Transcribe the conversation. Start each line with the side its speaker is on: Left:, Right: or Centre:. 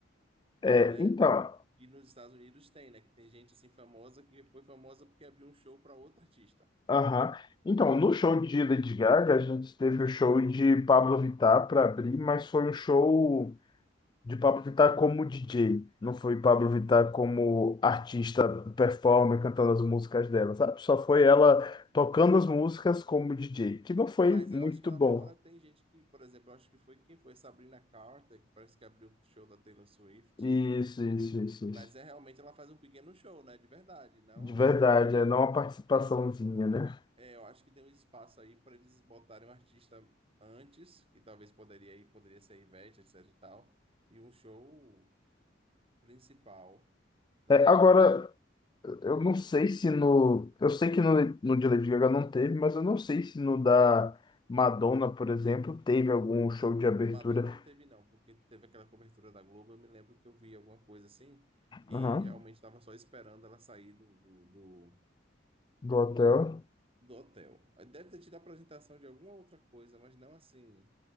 Left: é,
Right: né?
Left: então,
Right: que nos Estados Unidos tem, né? Que tem gente assim famosa que foi famosa porque abriu um show para outro artista.
Left: aham. Então, no show de Lady Gaga, a gente teve o show de Pablo Vittar para abrir, mas foi um show. de Pablo Vittar como DJ, não foi Pablo Vittar como artista performer cantando as músicas dela, sabe? Só foi ela tocando as músicas como DJ, que não foi
Right: Mas
Left: muito
Right: eu acho que lá
Left: bom.
Right: fora tem gente que, por exemplo, eu acho que foi quem foi Sabrina Carter, que parece que abriu o show da Taylor Swift.
Left: Isso, isso, isso,
Right: Mas
Left: isso.
Right: é realmente ela faz um pequeno show, né? De verdade. Não,
Left: De verdade, é não é uma participaçãozinha, né?
Right: é, eu acho que tem um espaço aí para eles botarem um artista antes, que talvez poderia ir, poderia ser a Ivete, etc e tal, e um show principal da
Left: É, agora, eu não sei se no. Eu sei que no, no de Lady Gaga não teve, mas eu não sei se no da Madonna, por exemplo, teve algum show de abertura
Right: No Madonna não teve, não, porque teve aquela cobertura da Globo. Eu me lembro que eu vi alguma coisa assim e
Left: Aham,
Right: realmente estava só esperando ela sair do, do, do,
Left: do hotel.
Right: do, do hotel. Aí Deve ter tido a apresentação de alguma outra coisa, mas não assim